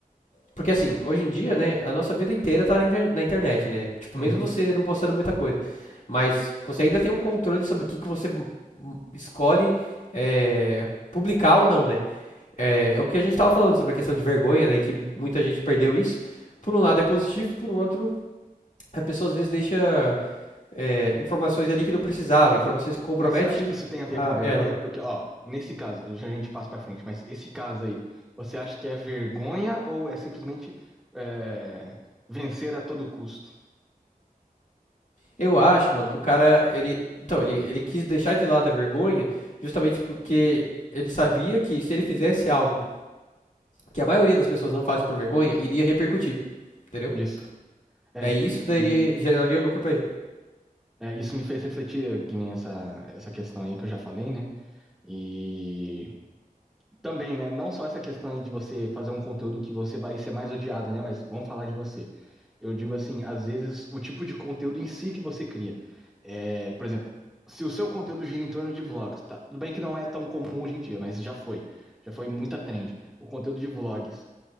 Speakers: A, on the left; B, in the centre.
A: porque assim, hoje em dia, né, a nossa vida inteira tá na, inter- na internet, né? Tipo,
B: Uhum.
A: mesmo você não postando muita coisa, mas você ainda tem um controle sobre o que que você m- m- escolhe é, publicar ou não, né? É, é o que a gente tava falando sobre a questão de vergonha, né? Que muita gente perdeu isso. Por um lado é positivo, por outro, a pessoa às vezes deixa é, informações ali que não precisava, informações que compromete
B: Mas você acha que isso tem a ver
A: a
B: com a vergonha?
A: ela.
B: Porque, ó, nesse caso, já a gente passa pra frente, mas esse caso aí, você acha que é vergonha ou é simplesmente é, vencer a todo custo?
A: Eu acho, mano, que o cara, ele, então, ele, ele quis deixar de lado a vergonha justamente porque ele sabia que se ele fizesse algo que a maioria das pessoas não fazem por vergonha, iria repercutir, entendeu?
B: Isso. É,
A: Daí isso daria,
B: e
A: geraria lucro pra ele.
B: é, isso me fez refletir, eh, que nem essa, essa questão aí que eu já falei, né? E Também, né? Não só essa questão aí de você fazer um conteúdo que você vai ser mais odiado, né? Mas vamos falar de você. Eu digo assim, às vezes o tipo de conteúdo em si que você cria. É, por exemplo, se o seu conteúdo gira em torno de vlogs, tá? Tudo bem que não é tão comum hoje em dia, mas já foi. Já foi muita trend. O conteúdo de vlogs.